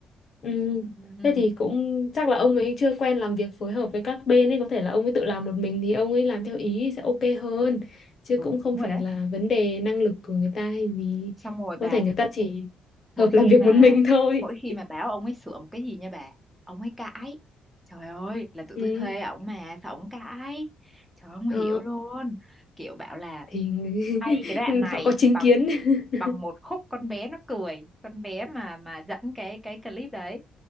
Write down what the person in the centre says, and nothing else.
ừ,
ừ
đúng rồi
đấy
xong rồi bà
mỗi
khi
mà
mỗi khi mà bảo ông ấy sửa một cái gì nha bà ông ấy cãi trời ơi là tụi
tôi thuê ổng mà sao ổng cãi trời ơi, không
hiểu luôn kiểu bảo là
hay
cái đoạn này
bằng
bằng một khúc con bé nó cười con bé mà mà dẫn cái cái clip đấy